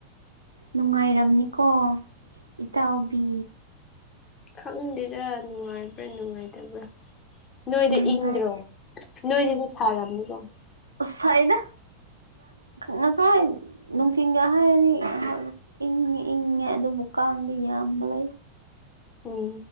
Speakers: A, on the right (about 80°); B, on the left (about 30°).
A: ꯅꯨꯡꯉꯥꯏꯔꯝꯅꯤꯀꯣ ꯏꯇꯥꯎꯕꯤ
B: ꯈꯪꯗꯦꯗ ꯅꯨꯡꯉꯥꯏꯕ꯭ꯔꯥ ꯅꯨꯡꯉꯥꯏꯇꯕ꯭ꯔꯥ ꯅꯣꯏꯗ
A: ꯅꯨꯡꯉꯥꯏ
B: ꯏꯪꯗ꯭ꯔꯣ ꯅꯣꯏꯗꯗꯤ ꯁꯥꯔꯕꯅꯤꯀꯣ
A: ꯐꯣꯏꯗ ꯉꯁꯥꯏ ꯅꯨꯡꯊꯤꯟꯜꯒ ꯍꯥꯏꯔꯗꯤ ꯏꯉ ꯏꯪꯉꯦ ꯑꯗꯨꯝ ꯎꯀꯥꯡꯗꯤ ꯌꯥꯝꯕ ꯂꯩ
B: ꯎꯝ